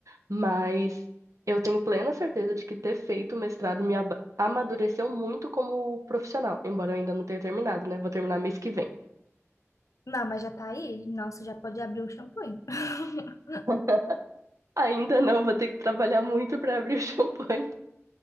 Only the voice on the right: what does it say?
Mas eu tenho plena certeza de que ter feito o mestrado me ab- amadureceu muito como profissional, embora eu ainda não tenha terminado, né? Vou terminar mês que vem.
<laughs> Ainda não, vou ter que trabalhar muito pra abrir o <laughs> champanhe.